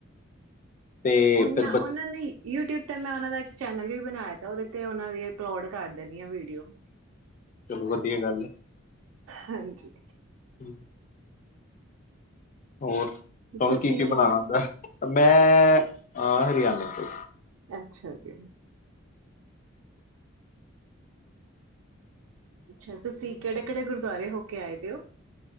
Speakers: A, on the left; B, on the right.
A: ਤੇ
B: ਉਹਨਾਂ
A: ਫਿਰ ਬ
B: ਉਹਨਾਂ ਨੇ ਯੂਟਿਊਬ ਤੇ ਮੈਂ ਉਹਨਾਂ ਦਾ ਇੱਕ ਚੈਨਲ ਵੀ ਬਣਾਇਆ ਤਾਂ ਉਹਦੇ ਤੇ ਉਹਨਾਂ ਦੀ ਅਪਲੋਡ ਕਰ ਦੇਣੀ ਆ ਵੀਡੀਓ
A: ਚਲੋ ਵਧੀਆ ਗੱਲ ਹੈ।
B: ਹਾਂਜੀ।
A: ਹੂੰ ਹੋਰ ਤੁਹਾਨੂੰ
B: ਤੁਸੀਂ
A: ਕੀ ਕੀ
B: ਕਿ
A: ਬਣਾਣਾ ਆਂਦਾ। ਮੈਂ ਅ ਹਰਿਆਣੇ ਤੋਂ
B: ਅੱਛਾ ਜੀ। ਅੱਛਾ ਤੁਸੀਂ ਕਿਹੜੇ ਕਿਹੜੇ ਗੁਰਦੁਆਰੇ ਹੋ ਕੇ ਆਏ ਦੇ ਹੋ।